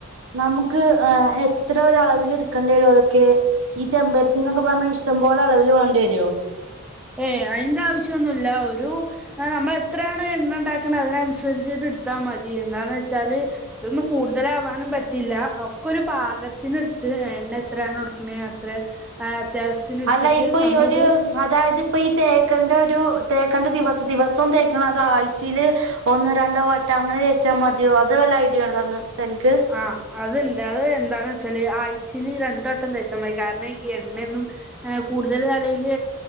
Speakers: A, on the right; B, in the centre.
A: നമുക്ക് എത്ര ഒരളവിൽ എടുക്കേണ്ടി വരോ അതൊക്കെ- ഈ ചെമ്പരത്തിന്നൊക്കെ പറഞ്ഞാൽ ഇഷ്ടംപോലെ അളവിൽ വണ്ടി വരുമോ
B: ഏയ് അതിന്റെ ആവശ്യൊന്നുമില്ല ഒരു- ആ നമ്മൾ എത്രയാണൊ എണ്ണ ഉണ്ടാക്കണെ അതിനനുസരിച്ചിട്ട് എടുത്താൽ മതി എന്താന്ന് വെച്ചാല് ഇതൊന്നും കൂടുതലാവാനും പറ്റില്ല ഒക്കെ ഒരു പാകത്തിനടുത്ത് എണ്ണ എത്രയാണ് എടുക്കണ അത്ര- ആ അത്യാവശ്യത്തിനെടുത്തിട്ട്
A: അല്ല ഇപ്പൊ
B: നമ്മളത്
A: ഈ ഒരു അതായത് ഇപ്പോ ഈ തേക്കണ്ട ഒരു തേക്കേണ്ട ദിവസം ദിവസവും തേക്കണൊ അതോ ആഴ്ചയില് ഒന്നോ രണ്ടോ വട്ടം അങ്ങനെ തേയ്ച്ചാ മതിയോ അത് വല്ല ഐഡിയ ഒണ്ടോ തനിക്ക്.
B: ആഹ് അത് ഇണ്ട് അത് എന്താന്ന് വെച്ചാല് ആഴ്ചയില് രണ്ട് വട്ടം തേച്ചാ മതി കാര്ണം ഈ എണ്ണെയൊന്നും. ആ കൂടുതൽ തലേല്